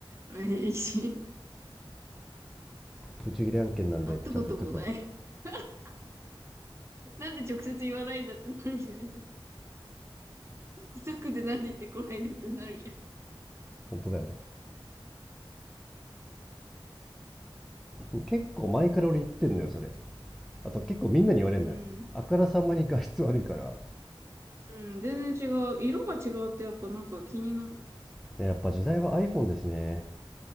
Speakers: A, on the right (about 30°); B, in the centre.
A: えし
B: ブチギレ案件なんでってちゃんと言っとくわ。
A: <laughs> 会ったこともない。<laughs> なんで直接言わないんだってなるじゃん。近くでなんで言ってこないんだってなるじゃん。
B: 本当だよな。結構前から俺言ってんのよ、それ。あと結構みんなに言われんのよ。
A: うん、
B: あからさまに画質悪いから。
A: うん、全然違う。色が違うってやっぱなんか気になる。
B: やっぱ時代は iPhone ですね。